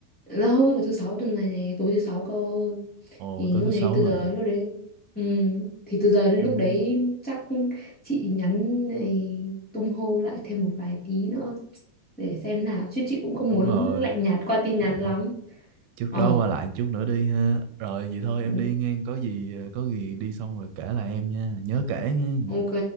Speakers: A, in the centre; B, on the right (about 85°).
A: đâu vào thứ sáu tuần này nè tối thứ sáu cơ
B: ồ
A: thì
B: tối
A: lúc
B: thứ
A: đấy
B: sáu
A: từ
B: Ừ.
A: giờ
B: lần à
A: đến lúc đấy ừ, thì từ giờ đến
B: ừ,
A: lúc đấy chắc chị nhắn này, tung hô lại thêm một vài tí nữa để xem nào chứ chị cũng không
B: đúng
A: muốn
B: rồi
A: lạnh nhạt qua tin
B: Kiểu
A: nhắn lắm
B: trước
A: ờ
B: đó qua lại chút nữa đi ha rồi vậy thôi em
A: ừ,
B: đi nghe có gì ờ, có gì đi xong rồi kể lại em nha nhớ kể nghe
A: ok